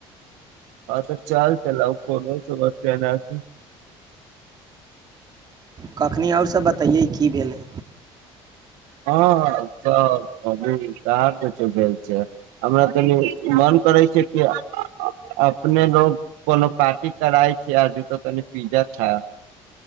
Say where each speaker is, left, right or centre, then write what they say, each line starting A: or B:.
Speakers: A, on the right (about 90°); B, on the right (about 35°).
A: हँ तऽ चल च लउ कोनो समस्या नहि ठ
B: कखनी आओर सभ बतैयै की भेलै
A: हँ त अभी कहाँ कुछो भेल छै हमरा तनि मन करै छै कि अपने लोग कोनो पार्टी कराइ आ तऽ त पिजा हाँ